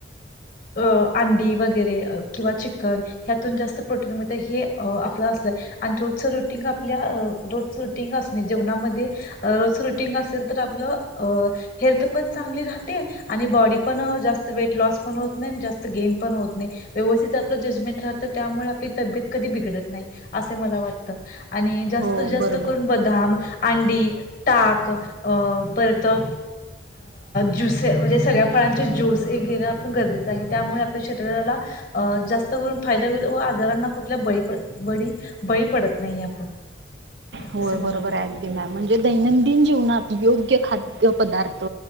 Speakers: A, on the left (about 45°); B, on the right (about 65°).
A: अ अंडी वगैरे अ किंवा चिकन ह्यातून जास्त प्रोटीन मिळतं हे आपलं असतंय आणि रोजच रुटिंग आपल्या रोजच रुटिंग असणे जेवणामध्ये रोज रुटिंग असेल तर आपलं अ हेल्थ पण चांगली राहते आणि बॉडी पण जास्त वेट लॉस पण होत नाई अन जास्त गेम पण होत नाई. व्यवस्थित आपलं जजमेंट राहतं त्यामुळे आपली तब्येत कधि बिघडत नाई असे मला वाटत. आणि जास्त
B: हो
A: जास्त
B: बरोबर
A: करून बदाम अंडी ताक अ परत अ ज्यूसे म्हंजे सगळ्या फळांचे ज्यूस हे घेणं आपण गरजेच आहे त्यामुळं आपल्या शरीराला अ जास्त करून फायदा होईल व आजारांना कुठल्या बळी पडत बडी बळी पडत नाई आपण.
B: होय
A: असे म्हणाला
B: बरोबर हायं अगदी मॅम म्हणजे दैनंदिन जीवनात योग्य खाद्यपदार्थ